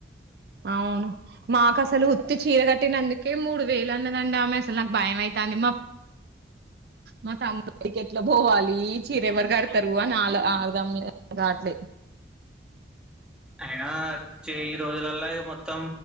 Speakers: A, on the right; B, in the centre.
A: అవును మాకు అసలు ఉత్తి చీర కట్టినందుకే మూడు. వేలు అన్నదండి ఆమె అసల్ నాకు భయం అయితాంది. మా మా తమ్ముడి పెళ్ళికీ ఎట్లా పోవాలీ చీర ఎవరు కడతరూ అని అర్దం గాట్లేద్.
B: అయినా వచ్చే ఈ రోజులల్లా. మొత్తం